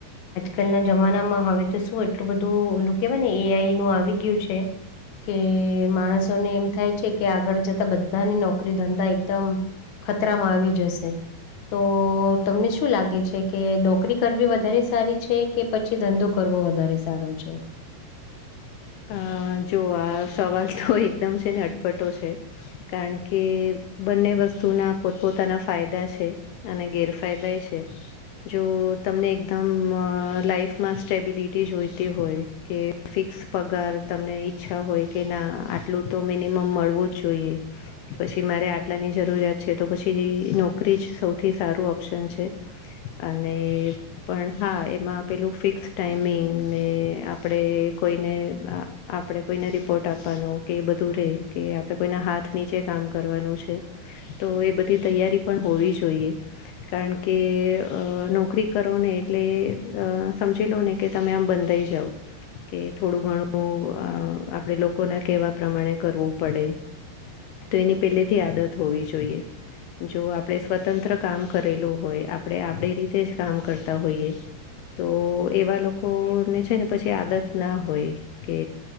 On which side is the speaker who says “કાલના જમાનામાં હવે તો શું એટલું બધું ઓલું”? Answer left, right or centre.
Left